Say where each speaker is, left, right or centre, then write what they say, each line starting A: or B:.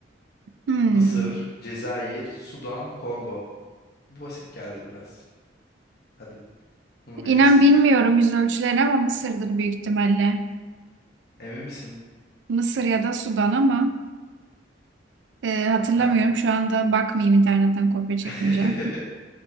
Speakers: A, on the right; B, on the left.
A: Hmm.
B: Mısır, Cezayir, Sudan, Kongo. Bu basit geldi biraz. Hadi bunu bilirsin.
A: İnan bilmiyorum yüz ölçülerini ama Mısır'dır büyük ihtimalle.
B: Emin misin?
A: Mısır ya da Sudan ama e, hatırlamıyorum.
B: Ha-
A: Şu anda bakmayayım internetten kopya çekmeyeceğim.
B: <laughs>